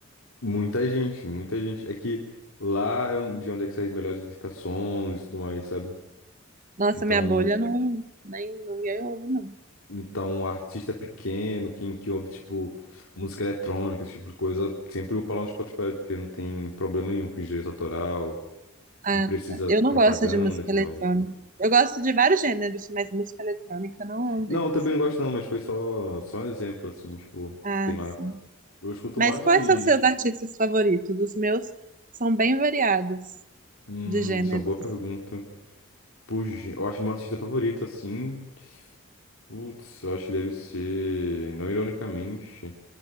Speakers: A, on the left; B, on the right.
A: muita gente, muita gente. É que lá é um- de onde é que saem melhores indicações e tudo mais, sabe?
B: Nossa,
A: Então,
B: minha bolha não, nem ninguém ouve, não.
A: Então, um artista pequeno, que, que ouve, tipo, música eletrônica, esse tipo de coisa, sempre upa lá no Spotify, porque não tem problema nenhum com direito autoral,
B: Ah,
A: não precisa
B: tá. Eu
A: propaganda
B: não gosto de música
A: e tudo
B: eletrônica.
A: mais, sabe?
B: Eu gosto de vários gêneros, mas música eletrônica não é um
A: Não,
B: deles.
A: eu também não gosto não, mas foi só, só um exemplo, assim, tipo,
B: Ah,
A: que tem lá.
B: sim.
A: Eu escuto
B: Mas
A: mais...
B: quais são seus artistas favoritos? Os meus são bem variados
A: Hum,
B: de gêneros,
A: isso é uma boa pergunta.
B: assim.
A: Puxa, eu acho que meu artista favorito, assim... Putz, eu acho que deve ser... Não ironicamente,